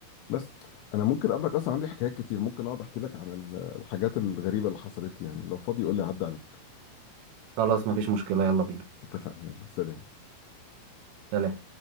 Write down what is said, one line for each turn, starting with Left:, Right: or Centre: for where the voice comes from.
Left: بس انا ممكن اقابلك اصلا عندي حكايات كتير ممكن اقعد احكي لك عن ال- الحاجات الغريبه اللي حصلت لي يعني لو فاضي قول لي عدى عليك
Right: خلاص ما فيش مشكله يلا بينا
Left: اتفقنا يلا سلام
Right: سلام